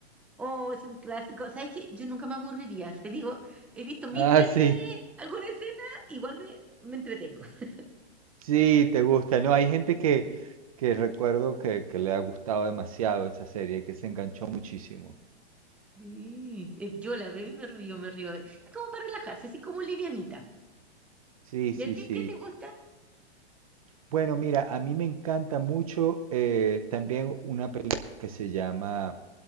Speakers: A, in the centre; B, on the right.
A: Oh, es un clásico. ¿Sabes qué? Yo nunca me aburriría. Te digo, he visto mil
B: Ah,
A: veces
B: sí,
A: alguna escena, igual me, me entretengo. <laughs>
B: sí, te gusta, ¿no? Hay gente que, que recuerdo que, que le ha gustado demasiado esa serie, que se enganchó muchísimo.
A: Sí. Eh, Yo la veo y me río, me río. Es como para relajarse, así como livianita.
B: Sí,
A: ¿Y
B: sí,
A: a ti
B: sí.
A: qué te gusta?
B: Bueno, mira, a mí me encanta mucho eh, también una película que se llama